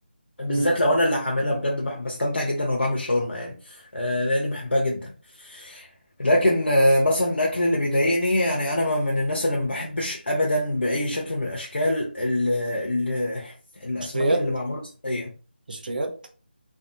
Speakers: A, on the left; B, on the right.
A: بالذات
B: مم.
A: لو انا اللي هعملها بجد بح- بستمتع جدا وانا بعمل شاورما يعني آه، لاني بحبها جدا لكن آه، مثلا الاكل اللي بيضايقني يعني انا من الناس اللي ما بحبش ابدا باي شكل من الاشكال ال ال الاسماك
B: قشريات
A: اللي معموله صينيه
B: قشريات